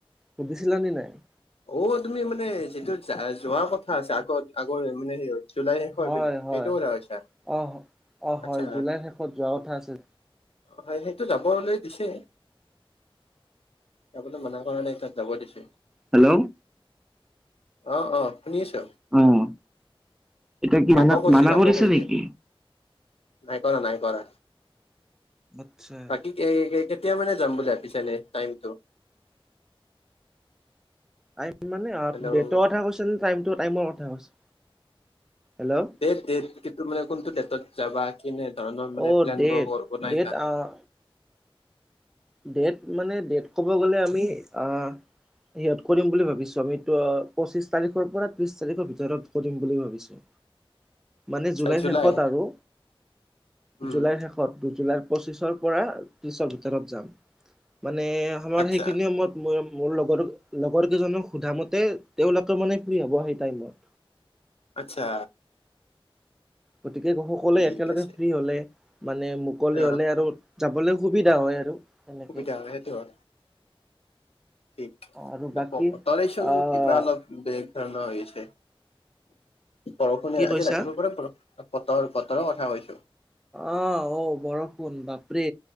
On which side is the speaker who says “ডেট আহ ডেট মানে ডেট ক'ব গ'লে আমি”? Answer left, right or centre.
Centre